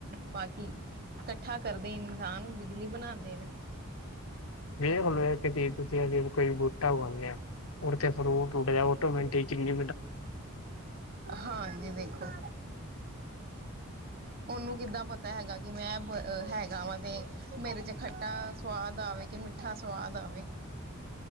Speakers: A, on the right; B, on the left.
A: ਬਾਕੀ ਕੱਠਾ ਕਰਦੇ ਇਨਸਾਨ ਬਿਜਲੀ ਬਣਾਂਦੇ ਨੇ
B: ਵੇਖ ਲੋ ਇਕ ਚੀ ਤੁਸੀਂ ਅਸੀਂ ਕੋਈ ਬੂਟਾ ਉਗਾਉਨੇ ਆ ਉਤੇ ਫਰੂਟ ਉੱਡ ਜਾ <unintelligible>
A: ਹਾਂਜੀ ਦੇਖੋ ਉਹਨੂੰ ਕਿੱਦਾਂ ਪਤਾ ਹੈਗਾ ਕਿ ਮੈਂ ਬ ਹੈਗਾ ਵਾ ਤੇ ਮੇਰੇ ਚ ਖੱਟਾ ਸਵਾਦ ਆਵੇ ਕਿ ਮਿੱਠਾ ਸਵਾਦ ਆਵੇ